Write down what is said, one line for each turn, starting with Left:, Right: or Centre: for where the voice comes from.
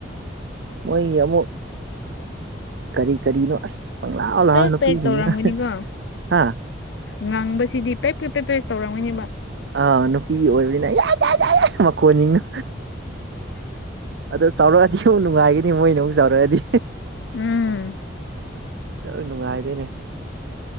Right: ꯃꯣꯏꯒꯤ ꯑꯃꯨꯛ ꯀꯔꯤ ꯀꯔꯤꯅꯣ ꯑꯁ ꯄꯪꯂꯥꯎ ꯂꯥꯎꯔ
Left: ꯄꯦꯛ
Right: ꯅꯨꯄꯤꯁꯤꯡꯅꯤꯅ
Left: ꯄꯦꯛ ꯇꯧꯔꯝꯒꯅꯤꯀꯣ
Right: ꯍꯥ
Left: ꯉꯥꯡꯕꯁꯤꯗꯤ ꯄꯦꯞ ꯄꯦꯞ ꯄꯦꯞ ꯄꯦꯛ ꯇꯧꯔꯝꯒꯅꯤꯕ
Right: ꯑꯥ ꯅꯨꯄꯤ ꯑꯣꯏꯕꯅꯤꯅ ꯌꯥ ꯌꯥ ꯌꯥ ꯌꯥ ꯃꯈꯣꯟꯁꯤꯡꯅ ꯑꯗꯣ ꯆꯥꯎꯔꯛꯑꯗꯤ ꯑꯃꯨꯛ ꯅꯨꯡꯉꯥꯏꯒꯅꯤ ꯃꯣꯏꯅ ꯑꯃꯨꯛ ꯆꯥꯎꯔꯛꯑꯗꯤ
Left: ꯎꯝ
Right: ꯑ ꯅꯨꯡꯉꯥꯏꯗꯨꯏꯅꯦ